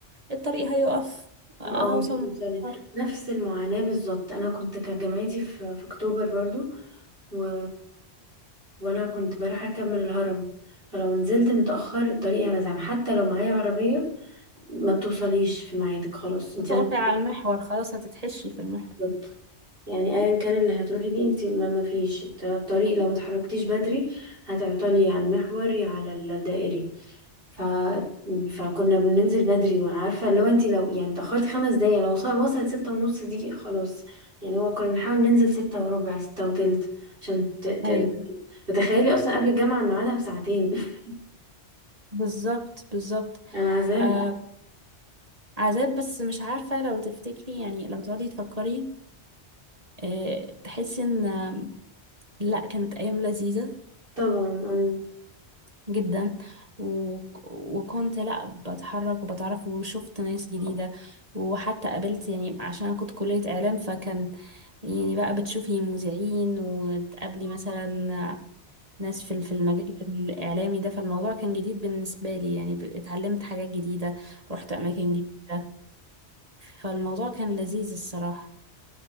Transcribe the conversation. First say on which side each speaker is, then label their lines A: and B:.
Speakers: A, on the right; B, on the right.
A: الطريق هيقف هوصل
B: اه مش هتوصلي
A: متأخر
B: نفس المعاناة بالظبط انا كنت كانت جامعتي في في اكتوبر برضو و... وانا كنت بروح اركب من الهرم فلو نزلت متأخر الطريق هبقى زحمة حتى لو معايا عربية ما بتوصليش في ميعادك خلاص انت
A: هتقفي
B: لازم
A: على المحور خلاص هتتحشي في المحور
B: تنزلي يعني ايا كان اللي هتروحي بيه انت ما ما فيش الطريق لو ما اتحركتيش بدري هتعطلي على المحوري على الدائري ف... فكنا بننزل بدري وعارفه لو انت لو يعني اتاخرت خمس دقايق لو وصل وصلت ستة ونص دي خلاص يعني هو كنا بنحاول ننزل ستة وربع ستة وتلت عشان ت... ت...
A: ايوه
B: تتخيلي اصلا قبل الجامعه ميعادها بساعتين <laughs>
A: بالظبط بالظبط
B: يعني عذاب
A: آه عذاب بس مش عارفة لو تفتكري يعني لو تقعدي تفكري آه تحسي ان آه، لا كانت ايام لذيذة
B: طبعا اه
A: جدا و... وكنت لا بتحرك وبتعرف وشفت ناس جديدة وحتى قابلت يعني عشان أنا كنت كلية إعلام فكان يعني بقى بتشوفي مذيعين وتقابلي مثلا ناس في في المجال الإعلامي ده فالموضوع كان جديد بالنسبة لي يعني ب- اتعلمت حاجات جديدة رحت أماكن جديدة فالموضوع كان لذيذ الصراحة